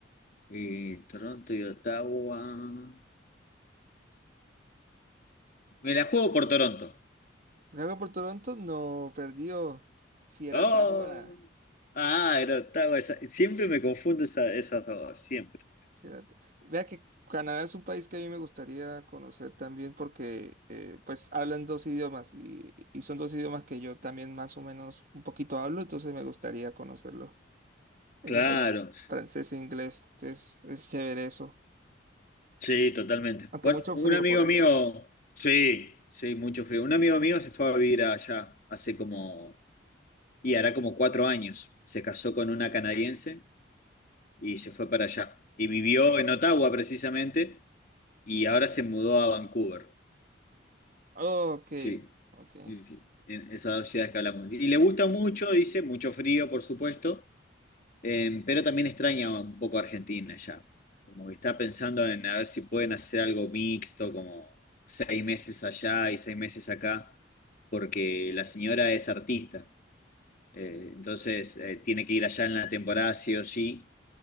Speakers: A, on the left (about 45°); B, on the right (about 45°).
A: Y Toronto y Ottawa. Me la juego por Toronto.
B: Si le hago por Toronto, no perdió. Si era
A: Oh,
B: Ottawa.
A: ah, era Ottawa, esa- siempre me confundo esa- esas dos, siempre.
B: Sí, da- Vea que Canadá es un país que a mí me gustaría conocer también porque eh, pues hablan dos idiomas y, y son dos idiomas que yo también más o menos un poquito hablo, entonces me gustaría conocerlo. Ellos
A: Claro.
B: hablan francés e inglés, entonces es chévere eso,
A: Sí, totalmente.
B: aunque
A: Bueno,
B: mucho
A: un
B: frío
A: amigo
B: por allá.
A: mío, sí, sí, mucho frío. Un amigo mío se fue a vivir allá hace como, y hará como cuatro años. Se casó con una canadiense y se fue para allá. Y vivió en Ottawa precisamente y ahora se mudó a Vancouver.
B: Ok,
A: Sí,
B: ok,
A: sí, sí, en esas dos ciudades que hablamos. Y le gusta mucho, dice, mucho frío, por supuesto. Eh, pero también extraña un poco a Argentina ya. Como que está pensando en a ver si pueden hacer algo mixto, como seis meses allá y seis meses acá, porque la señora es artista. Eh, entonces eh, tiene que ir allá en la temporada sí o sí